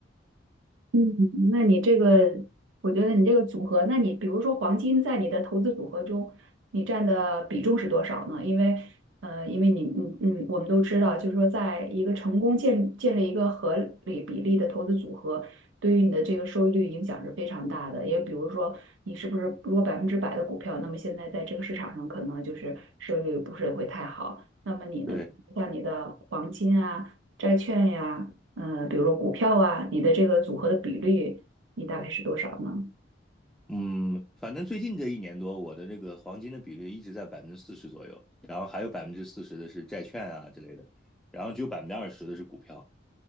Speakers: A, on the right; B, in the centre.
A: 嗯，那你这个，我觉得你这个组合，那你比如说黄金在你的投资组合中，你占的比重是多少呢？因为，呃，因为你，嗯嗯，我们都知道，就是说，在一个成功建建立一个合理比例的投资组合，对于你的这个收益率影响是非常大的。也比如说，你是不是如果百分之百的股票，那么现在在这个市场上可能就是收益率不是会太好。那么你呢，
B: 对，
A: 像你的黄金啊、债券呀。呃，比如说股票啊，你的这个组合的比率，你大概是多少呢？
B: 嗯，反正最近这一年多，我的这个黄金的比例一直在百分之四十左右，然后还有百分之四十的是债券啊之类的，然后只有百分之二十的是股票。